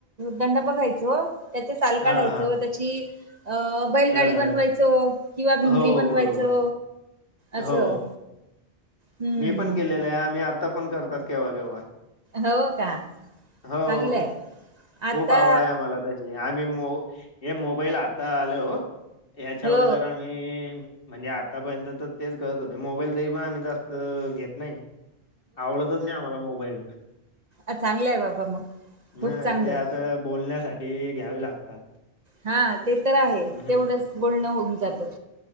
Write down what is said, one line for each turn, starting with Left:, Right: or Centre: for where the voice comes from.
Right: दंड बघायच त्याचे साल
Left: हां,
Right: काढायच
Left: हां.
Right: त्या ची आ बैल
Left: अ,
Right: गाडी बनवायचो किंवा भिंगरी
Left: हो,
Right: बनवायचो
Left: बरोबर.
Right: असं.
Left: हो
Right: हम्म.
Left: मी पण केलेलं आहे. आम्ही आता पण केव्हा- केव्हा.
Right: हो का.
Left: हो.
Right: चांगलंय. आता
Left: खूप आवड आहे मला ते हे आम्ही मो हे मोबाईल आता आले हो यायाच्या
Right: हो
Left: अगोदर आम्ही म्हणजे आतापर्यंत तर तेच करत होते. मोबाईल तरी पण आम्ही जास्त घेत नाही. आवडतच नाही. आम्हाला मोबाईल.
Right: चांगले आहे बाबा मग. खूप
Left: ह
Right: चांगलं.
Left: ते आता बोलण्यासाठी घ्यावी लागतात.
Right: हा ते तर आहे
Left: हं,
Right: तेवढंच बोलणं होऊन जातं.